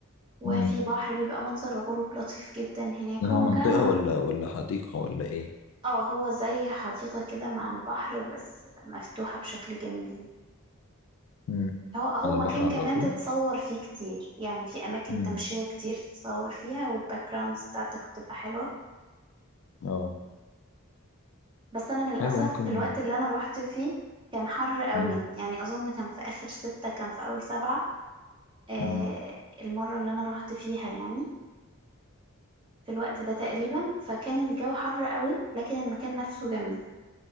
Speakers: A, on the right; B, on the left.
A: وفي
B: امم
A: بحر بيبقى منظر غروب لطيف جدا هناك
B: هو
A: هو مكان
B: منطقة ولا ولا حديقة ولا ايه
A: اه هو زي حديقة كده مع البحر بس مفتوحة بشكل جميل
B: امم
A: هو هو
B: على
A: مكان
B: البحر على
A: كمان
B: طول
A: تتصور فيه كتير يعني في أماكن
B: امم
A: تمشية كتير تتصور فيها والباك جراوندز بتاعتك بتبقى حلوة
B: اه
A: بس انا للاسف
B: حلو ممكن
A: في الوقت اللي انا روحت فيه كان حر قوي
B: مم.
A: يعني اظن كان في اخر ستة كان في اول سبعة آه
B: مم.
A: المرة اللي انا روحت فيها يعني في الوقت ده تقريبا فكان الجو حر قوي لكن المكان نفسه جميل